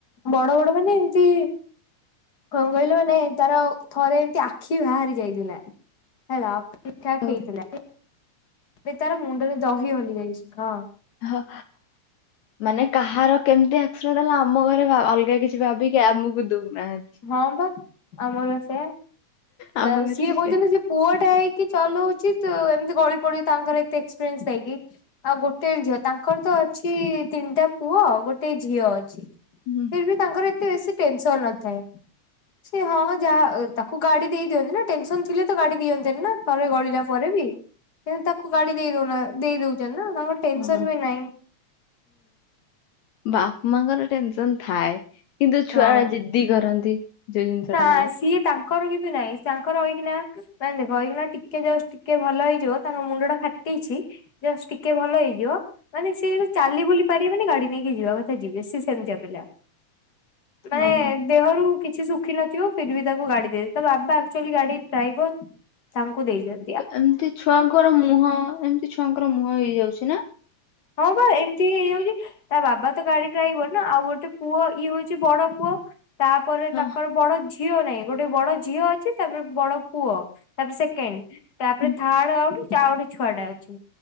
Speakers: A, on the left; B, on the left.
A: ବଡ ବଡ ମାନେ ଏମତି କଣ କହିଲେ ମାନେ ତାର ଥରେ ଏମିତି ଆଖି ବାହାରି ଯାଇଥିଲା ହେଲା ଠିକ୍ ଠାକ
B: ହଁ
A: ହେଇଥିଲା। ଏବେ ତାର ମୁଣ୍ଡରେ ଦହି ହଲି ଯାଇଛି ହଁ।
B: ହଁ ମାନେ କାହାର କେମିତି ଆକ୍ସିଡେଣ୍ଟ ହେଲା ଆମ ଘରେ ଅଲଗା କିଛି ଭାବିକି ଆମକୁ ଦଉନାହାନ୍ତି।
A: ହଁ ବା ଆମର ସେଇଆ
B: ଆମ ଘରେ
A: ସିଏ
B: ବି
A: କହୁଛନ୍ତି ସେ ପୁଅ ଟା ହେଇକି ଚଲଉଛି ତୁ ଏମିତି ଗଳି ପଡୁଛି ତାଙ୍କର ଏତେ ଏକ୍ସପିରିନ୍ସ ଥାଇକି ଆଉ ଗୋଟେ ଝିଅ ତାଙ୍କର ତ ଅଛି ତିନିଟା ପୁଅ ଆଉ ଗୋଟେ ଝିଅ ଅଛି।
B: ହୁଁ
A: ଫରବି ତାଙ୍କର ଏତେ ବେଶୀ ଟେନସନ୍ ନଥାଏ ସେ ହଁ ଯାହା ତାକୁ ଗାଡି ଦେଇ ଦିଅନ୍ତି ନା ଟେନସନ୍ ଥିଲେ ତ ଗାଡି ଦିଅନ୍ତେନି ନା ଥରେ ଗଳିଲା ପରେ ବି କିନ୍ତୁ ତାକୁ ଗାଡି ଦେଇ ଦେଈଦୋଉନା ଦେଈ ଦଉଚନ୍ତି ନା ତାଙ୍କର ଟେନସନ୍
B: ହଁ
A: ବି ନାଇଁ।
B: ବାପା ମାଙ୍କର ଟେନସନ୍ ଥାଏ କିନ୍ତୁ ଛୁଆ
A: ହଁ
B: ଯିଦି କରନ୍ତି। ଯୋଉ ଜିନିଷ
A: ନା
B: ଟା ନବାକୁ
A: ସିଏ ତାଙ୍କର କିନ୍ତୁ ନାହିଁ ତାଙ୍କର ଏଇଖିନା ନାଇଁ ଦେଖ ଏଇଖିନା ଟିକେ ଯଷ୍ଟ ଟିକେ ଭଲ ହେଇଯିବ ତାଙ୍କ ମୁଣ୍ଡ ଟା ଫାଟିଛି। ଜଷ୍ଟ ଟିକେ ଭଲ ହେଇଯିବ। ମାନେ ସିଏ ଯେମିତି ଚାଲି ବୁଲି ପାରିବେନି ଗାଡି ନେଇକି ଯିବା କଥା ଯିବେ ସେ ସେମତୀଆ ପିଲା ମାନେ
B: ଆଉ କଣ?
A: ଦେହରୁ କିଛି ଶୁଖି ନଥିବ ଫିର୍ ବି ତାକୁ ଗାଡି ଦେଇ ତା ବାବା ଆକ୍ଚୁଆଲି ଗାଡି ଡ୍ରାଇଭର ତାଙ୍କୁ ଦେଇଯାଏ।
B: କେ ଏମ୍ତି ଛୁଆଙ୍କର ମୁହଁ ଏମ୍ତି ଛୁଆଙ୍କର ମୁହଁ ହେଇଯାଉଚି ନା?
A: ହଁ ପା ଏମ୍ତି ହିଁ ହେଇଯାଉଚି। ତା ବାବା ତ ଗାଡି ଡ୍ରାଇଭର ନା ଆଉ ଗୋଟେ ପୁଅ ଇଏ ହୋଉଚି ବଡ ପୁଅ ତାପରେ
B: ହଁ
A: ତାଙ୍କର ବଡ ଝିଅ ନାହିଁ ଗୋଟେ ବଡ ଝିଅ ଅଛି ତାପରେ ବଡ ପୁଅ। ତାପରେ ସେକେଣ୍ଡ ତାପ୍ରେ
B: ହୁଁ
A: ଥାର୍ଡ ଆଉଗୋଟେ ଅଛି ଆଉ ଗୋଟେ ଛୁଆଟା ଅଛି।